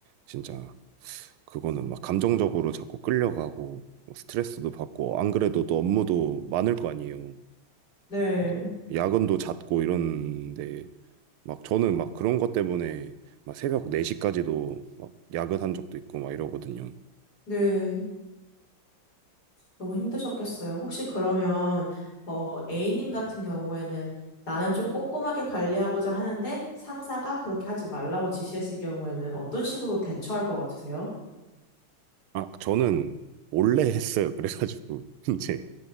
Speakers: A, on the right; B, on the left.
A: 진짜 그거는 막 감정적으로 자꾸 끌려가고 뭐 스트레스도 받고 안 그래도 또 업무도 많을 거 아니에요.
B: 네,
A: 이제 야근도 잦고 이런데 막 저는 막 그런 것 때문에 막 새벽 4시까지도 막 야근한 적도 있고 막 이러거든요.
B: 네. 너무 힘드셨겠어요. 혹시 그러면 어, A님 같은 경우에는 나는 좀 꼼꼼하게 관리하고자 하는데 상사가 그렇게 하지 말라고 지시했을 경우에는 어떤 식으로 대처할 것 같으세요?
A: 아, 저는 몰래 했어요. 그래가지고 <laughs> 이제